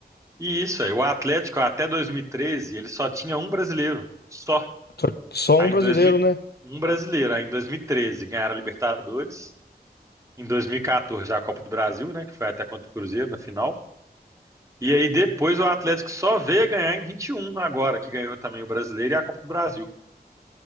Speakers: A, on the right (about 20°); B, on the left (about 75°).
A: E isso, aí, o Atlético até 2013, ele só tinha um brasileiro, só.
B: Só só
A: Aí
B: um brasileiro,
A: em 2000,
B: né?
A: um brasileiro, aí em 2013 ganharam a Libertadores, em 2014 a Copa do Brasil, né, que foi até contra o Cruzeiro na final. E aí depois o Atlético só veio a ganhar em 21 agora, que ganhou também o Brasileiro e a Copa do Brasil.